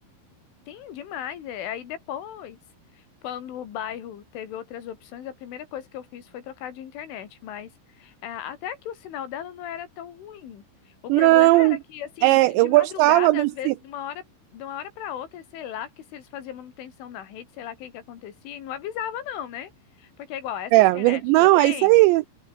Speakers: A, on the left (about 70°); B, on the right (about 85°).
A: Sim, demais. é. Aí depois, quando o bairro teve outras opções, a primeira coisa que eu fiz foi trocar de internet. Mas é, até que o sinal dela não era tão ruim. O
B: Não.
A: problema era que, assim,
B: É,
A: de
B: eu
A: madrugada,
B: gostava do
A: às
B: ci-
A: vezes, de uma hora, de uma hora para outra, sei lá, que se eles faziam manutenção na rede, sei lá o que que acontecia, e não avisava, não, né? Porque é igual, essa
B: É,
A: internet
B: ver- não,
A: que eu tenho.
B: é isso aí.